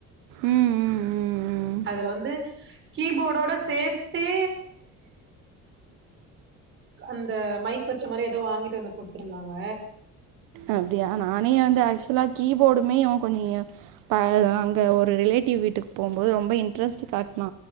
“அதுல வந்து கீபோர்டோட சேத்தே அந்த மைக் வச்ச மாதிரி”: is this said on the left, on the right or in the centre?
Right